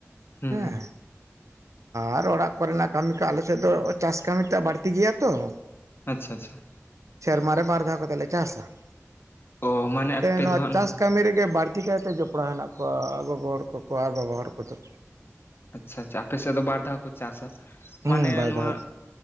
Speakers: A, on the left; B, on the right.
A: ᱦᱩᱸ
B: ᱦᱮᱸ
A: ᱦᱩᱸ
B: ᱟᱨ ᱚᱲᱟᱜ ᱠᱚᱨᱮᱱᱟᱜ ᱠᱟᱹᱢᱤ ᱠᱚ ᱟᱞᱮ ᱥᱮᱫ ᱫᱚ ᱪᱟᱥ ᱠᱟᱹᱢᱤ ᱴᱟᱜ ᱵᱟᱹᱲᱛᱤ ᱜᱮᱭᱟ ᱛᱚ ᱾
A: ᱟᱪᱪᱷᱟ ᱟᱪᱪᱷᱟ,
B: ᱥᱮᱨᱢᱟ ᱨᱮ ᱵᱟᱨ ᱫᱷᱟᱣ ᱠᱟᱛᱮ ᱞᱮ ᱪᱟᱥᱟ ᱾
A: ᱚ ᱢᱟᱱᱮ
B: ᱱᱚᱣᱟ
A: ᱫᱚ ᱦᱟᱸᱜ
B: ᱪᱟᱥ ᱠᱟᱹᱢᱤ ᱨᱮᱜᱮ ᱵᱟᱹᱲᱛᱤ ᱠᱟᱭᱛᱮ ᱡᱚᱯᱲᱟᱣ ᱦᱮᱱᱟᱜ ᱠᱚᱣᱟ ᱜᱚᱜᱚ ᱦᱚᱲ ᱠᱚᱠᱚ ᱟᱨ ᱵᱟᱵᱟ ᱦᱚᱲ ᱠᱚᱫᱚ ᱾
A: ᱟᱪᱪᱷᱟ ᱟᱪᱪᱷᱟ, ᱟᱯᱮ ᱥᱮᱫ ᱫᱚ ᱵᱟᱨ ᱫᱷᱟᱣ ᱠᱚ ᱪᱟᱥᱟ
B: ᱦᱩᱸ
A: ᱢᱟᱱᱮ
B: ᱵᱟᱭ
A: ᱱᱚᱣᱟ
B: ᱫᱟᱜ